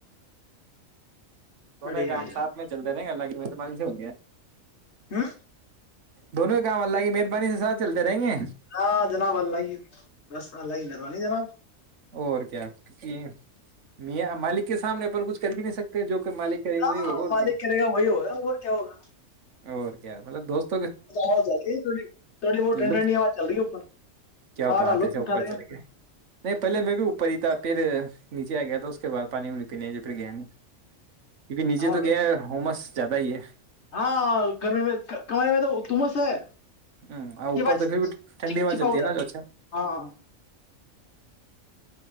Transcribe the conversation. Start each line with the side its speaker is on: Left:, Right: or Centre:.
Right: سونے
Left: بڑھیا
Right: کام
Left: ہے جناب
Right: سھ میں چل رہ گ لگ م تو م سے ہو گ
Left: ہوں
Right: دونوں کام اللہ کی مہربانی سے ساتھ چلتے رہیں گے
Left: ہاں جناب اللہائی رست ال ل ہی ج نہیں جنا
Right: اور کیا کیکہ میا مالک کے سامنے پر کچھ کر بھی نہیں سکتے جو کہ مالک کریں
Left: ہاں
Right: گے وہ اور
Left: مالک
Right: کیا
Left: کرے گا وہی ہو رہا ہے وہ کیا ہوگا
Right: اور کیا مطلب دوست
Left: اچ چل رہی ہے تھی تھوڑی بہت ٹڈاز
Right: لطف
Left: چل رہی ہے اوپر
Right: کیا
Left: ہ
Right: بات
Left: کا لک
Right: ہے سب
Left: اٹھا
Right: اوپر
Left: رہے ہیں
Right: چلے گئے نہیں پہلے میں بھی اوپر ہی تھا پھر نیچے آ گیا تھا اس کے بعد پانی وانی پینے جو پھر گیا ن نہیں کیکہ نجے
Left: ہوا
Right: تو
Left: بڑی
Right: تو گ ہماس زیادہ ہی ہے
Left: ہاں گرمی میں کمانے میں تو تمس ہے
Right: ہ آ
Left: چپا
Right: اپر تو پھر بھی ٹھنڈی میں
Left: چپا
Right: چلتی
Left: ہو
Right: ہے
Left: جاتی
Right: نا جوچھا
Left: ہاں